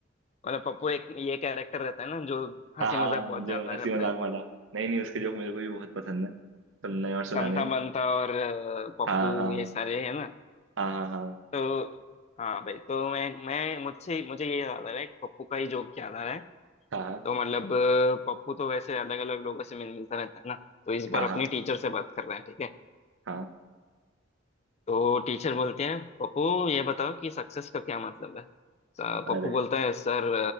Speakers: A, on the left; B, on the right.
A: मतलब पप्पू एक ये कैरेक्टर रहता है ना जो हंसी
B: हाँ हाँ
A: मजाक बहुत
B: जो
A: ज्यादा
B: हंसी
A: करता
B: मजाक
A: है
B: वाला नहीं नहीं उसके जोक मेरे को भी बहुत पसंद है सुनने और सुनाने
A: संता
B: में
A: बंता और अ, पप्पू
B: हाँ हाँ
A: ये सारे है ना
B: हाँ हाँ हाँ
A: तो हाँ भाई तो मैं मैं मुझसे मुझे ये याद आ रहा है पप्पू का ही जोक याद आ रहा है
B: हाँ
A: तो मतलब अ, पप्पू तो वैसे अलग अलग लोगों से मिल मिलता रहता है ना तो इस
B: हाँ
A: बार
B: हाँ
A: अपनी
B: हाँ
A: टीचर से बात कर रहे हैं ठीक है
B: हाँ,
A: तो टीचर बोलते हैं पप्पू ये बताओ कि सक्सेस का क्या मतलब है स-
B: अरे
A: पप्पू बोलता है सर